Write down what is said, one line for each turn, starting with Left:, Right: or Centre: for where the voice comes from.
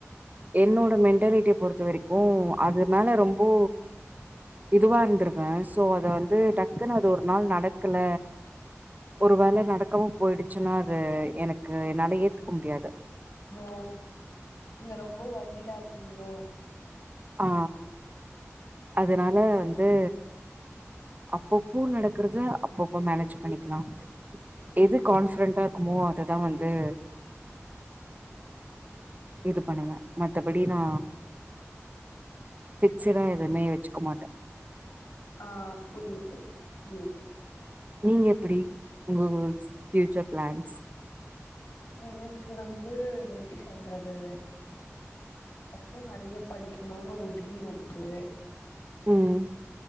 Right: என்னோட மெண்டாலிட்டி பொறுத்த வரைக்கு அது மேல ரொம்போ இதுவாருந்திருவே சோ அத வந்து டக்குன்னு அது ஒரு நாள் நடக்கல ஒரு வேள நடக்காம போயிடுச்சுனா அது எனக்கு என்னால ஏத் துக்க முடியாது
Left: ஓ இங்க ரொம்ப வரீடா இருப்பீங்ளோ
Right: ஆ அதனால வந்து அப்பப்ப நடக்கறது அப்பப்ப மேனேஜ் பண்ணிக்கலா எது கான்ஃபிடன்டா இருக்குமோ அதுதா வந்து இது பண்ணுவே மத்தபடி நா ஃபிக்ஸுடா எதுவுமே வெச்சுக்க மாட்டே
Left: ஆ புரியிது புரியிது
Right: நீங்க எப்பிடி கோள்ஸ் பியூச்சர் பிளான்ஸ்
Left: எனக்கு வந்து எப்படி சொல்றது ஃபஸ்டு நறைய படிக்கணுனு ஒரு ட்ரீம் இருக்கு
Right: உம்